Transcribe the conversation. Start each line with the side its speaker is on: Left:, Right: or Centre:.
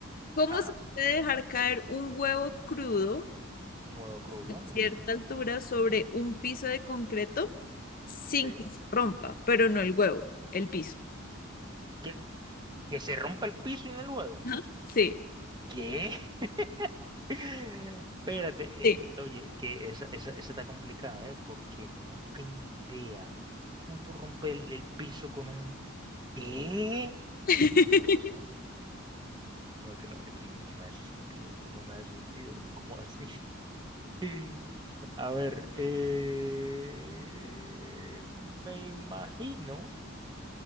Left: ¿Cómo
Right: Ajá,
Left: se puede dejar caer un huevo crudo
Right: un huevo crudo.
Left: a
Right: ujú,
Left: cierta altura sobre un piso de concreto sin
Right: Sí.
Left: que se rompa? Pero no el huevo, el piso.
Right: ¿Que, que se rompa el piso en el huevo?
Left: Ajá. Sí,
Right: ¿Qué? <laughs> Espérate,
Left: sí.
Right: eh, que- oye, que esa, esa, esa está complicada, ¿eh? Porque no tengo idea. ¿Cómo tú rompes el, el piso con un... ¿Qué?
Left: <laughs>
Right: No. No, que no, de que no, no me hace sentido, no me hace sentido, ¿cómo así? <laughs> A ver, eh, me imagino